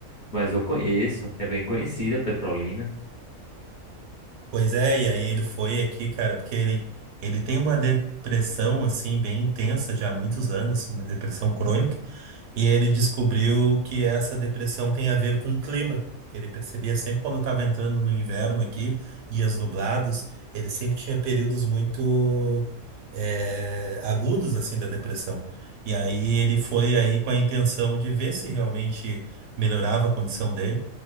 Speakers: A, on the left; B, on the right.
A: mas eu conheço. É bem conhecida a Petrolina.
B: Pois é, e aí ele foi aqui, cara, porque ele ele tem uma depressão assim bem intensa já há muitos anos, uma depressão crônica. E ele descobriu que essa depressão tem a ver com o clima. que Ele percebia sempre quando estava entrando no inverno aqui, dias nublados, ele sempre tinha períodos muito eh, agudos assim da depressão. E aí ele foi aí com a intenção de ver se realmente melhorava a condição dele.